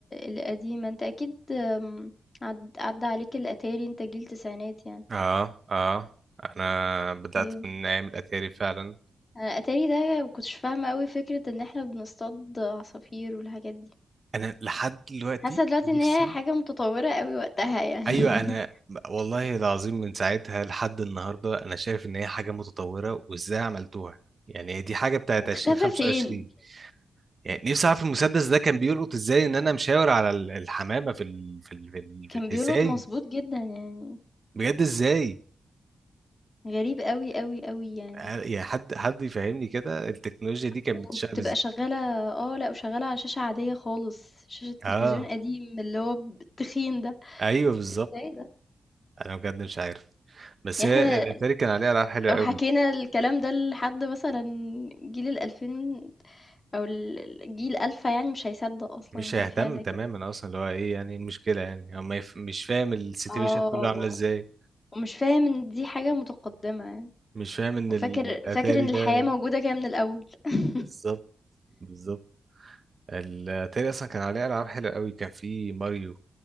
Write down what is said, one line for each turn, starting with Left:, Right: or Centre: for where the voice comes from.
Left: القديمة؟ أنت أكيد آمم، عد عدّى عليك الأتاري، أنت جيل تسعينات يعني.
Right: اه اه انا بدات
Left: أوكي.
Right: من ايام الاتاري فعلا
Left: أنا الأتاري ده ما كنتش فاهمة أوي فكرة إن إحنا بنصطاد عصافير والحاجات دي.
Right: انا لحد دلوقتي
Left: حاسة دلوقتي
Right: نفسي
Left: إن هي حاجة متطورة أوي وقتها يعني.
Right: ايوه
Left: <laughs>
Right: انا والله العظيم من ساعتها لحد النهارده انا شايف ان هي حاجه متطوره وازاي عملتوها يعني هي دي حاجه بتاعت
Left: هو اختفى
Right: 2025
Left: فين؟
Right: يعني نفسي اعرف المسدس ده كان بيلقط ازاي ان انا مشاور على ال- الحمامه في ال... في ال... في ال... في
Left: كان
Right: ال...
Left: بيولد
Right: ازاي
Left: مضبوط جدًا يعني،
Right: بجد ازاي
Left: غريب أوي، أوي، أوي يعني.
Right: آه، يعني حد حد يفهمني كده التكنولوجيا دي كانت
Left: وبتبقى
Right: بتشتغل ازاي
Left: شغّالة آه، لأ وشغّالة على شاشة عادية خالص، شاشة
Right: اه
Left: تلفزيون قديم اللي هو ب التخين ده.
Right: ايوه بالظبط
Left: إزاي ده؟
Right: انا بجد مش عارف بس
Left: يعني
Right: هي
Left: إحنا
Right: الاتاري كان عليها العاب حلوه
Left: لو
Right: قوي
Left: حكينا الكلام ده لحد مثلًا جيل ال2000 أو ال الجيل ألفة يعني مش هيصدّق أصلًا
Right: مش
Left: إن كان
Right: هيهتم
Left: في حاجة زي
Right: تماما
Left: كده.
Right: اصلا اللي هو ايه يعني إيه المشكله يعني هو ما يف... مش فاهم السيتويشن
Left: آه.
Right: كله عامله ازاي
Left: ومش فاهم إن دي حاجة متقدّمة يعني،
Right: مش فاهم ان
Left: وفاكر
Right: الاتاري
Left: فاكر إن
Right: ده
Left: الحياة موجودة كده من الأول. <laughs>
Right: بالظبط بالظبط الاتاري اصلا كان عليه العاب حلوه قوي كان في ماريو